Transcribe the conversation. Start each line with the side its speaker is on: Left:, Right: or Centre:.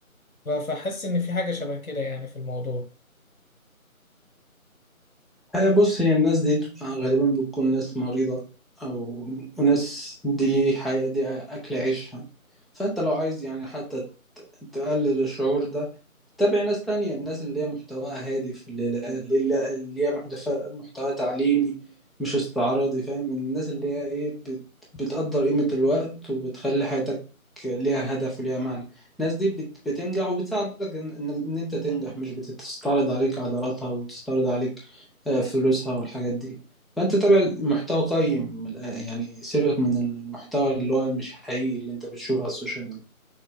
Left: ف- فحس ان في حاجة شبه كده يعني في الموضوع
Centre: آه، بص هي الناس دي غالبا بتكون ناس مريضة أو ناس دي حي... دي أكل عيشها فأنت لو عايز يعني حتى ت- تقلل الشعور ده تابع ناس تانية الناس اللي هي محتواها هادف اللي اللي اللي هي محتف- محتوى تعليمي مش استعراضي فاهم الناس اللي هي إيه بت... بتقدر قيمة الوقت وبتخلي حياتك ليها هدف وليها معنى الناس دي بت... بتنجح وبتساعدك إن... إن إن أنت تنجح مش بتستعرض عليك عضلاتها وتستعرض عليك آه، فلوسها والحاجات دي فانت تابع المحتوى قيم من الآ- يعني سيبك من المحتوى اللي هو مش حقيقي اللي انت بتشوفه على السوشيال ميديا